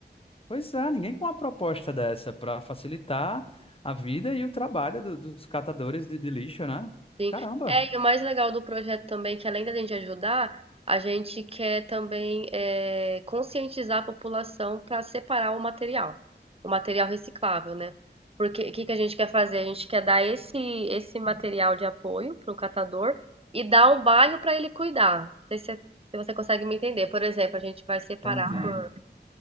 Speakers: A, on the left (about 30°); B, on the right (about 35°).
A: Pois é, ninguém com uma proposta dessa para facilitar a vida e o trabalho do- dos catadores de, de lixo, né?
B: Sim.
A: Caramba,
B: É, e o mais legal do projeto também, que além da gente ajudar, a gente quer também eh, conscientizar a população para separar o material, o material reciclável, né? Porque o que que a gente quer fazer? A gente quer dar esse, esse material de apoio para o catador e dar um bairro para ele cuidar. Não sei se, é, se você consegue me entender. Por exemplo, a gente vai separar
A: entendi.
B: por